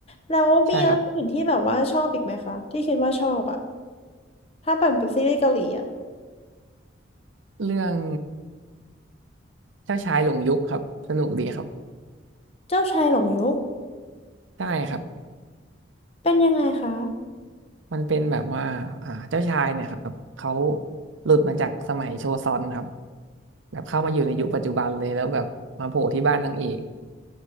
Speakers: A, on the left (about 30°); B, on the right (about 75°).
A: แล้วมีเรื่องอื่นที่แบบว่าชอบอีกไหมคะที่คิดว่าชอบอะ
B: ใช่ครับ
A: ถ้าเป็นซีรีส์เกาหลีอะ
B: เรื่องเจ้าชายหลงยุคครับสนุกดีครับ
A: เจ้าชายหลงยุค
B: ใช่ครับ
A: เป็นยังไงคะ
B: มันเป็นแบบว่าอ่าเจ้าชายเนี่ยครับ เขาหลุดมาจากสมัยโชซอนครับแบบเข้ามาอยู่ในยุคปัจจุบันเลยแล้วแบบมาโผล่ที่บ้านนางเอก